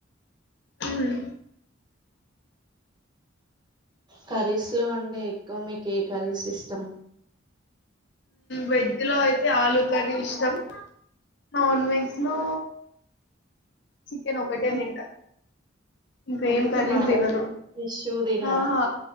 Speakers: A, on the left; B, on the right.
A: మ్మ్మ్మ్
B: కర్రీస్ లో ఉంటే ఎక్కువ మీకు ఏ కర్రీస్ ఇష్టం
A: వెజ్ లో అయితే ఆలూ కర్రీ ఇష్టం నాన్ వెజ్ లో చికెన్ ఒకటే తింట ఇంకా
B: ఎందుకు
A: ఏం ఖరీస్
B: మటన్
A: తినను
B: ఫిష్ తినారా
A: ఆహా